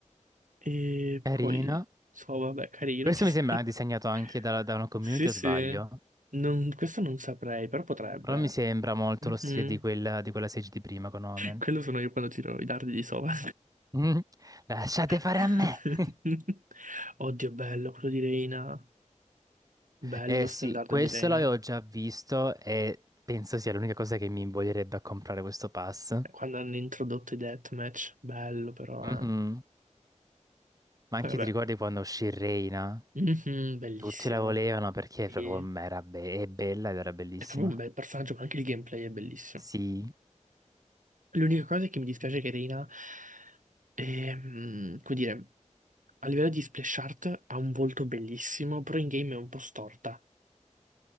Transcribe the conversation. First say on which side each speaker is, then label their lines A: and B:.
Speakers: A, on the right; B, on the right.
A: E
B: carina.
A: poi, so, vabbè, carino,
B: Questo
A: ci
B: mi
A: sta.
B: sembra
A: <laughs>
B: disegnato anche da, da una community
A: Sì, sì.
B: o sbaglio?
A: Non- questo non saprei, però potrebbe.
B: Però mi sembra molto
A: Mhm.
B: lo stile di quella, di quella Sage di prima con Omen.
A: Quello sono io quando tiro i dardi di sova.
B: Mm. Lasciate fare
A: <laughs>
B: a me! <laughs>
A: Oddio, bello quello di Reina. Bello
B: Eh sì,
A: standard
B: questo
A: di Reina.
B: l'avevo già visto e penso sia l'unica cosa che mi invoglierebbe a comprare questo pass.
A: Quando hanno introdotto i deathmatch, bello però.
B: Mhm.
A: eh.
B: Ma
A: Poi
B: anche
A: vabbè.
B: ti ricordi quando uscì Reina?
A: Mhm, bellissimo.
B: Tutti la volevano perché
A: Sì.
B: proprio era be- è bella ed era bellissima.
A: È proprio un bel personaggio, ma anche il gameplay è bellissimo.
B: Sì,
A: L'unica cosa è che mi dispiace che Reina E, mm, come dire, a livello di splash art ha un volto bellissimo, però in game è un po' storta.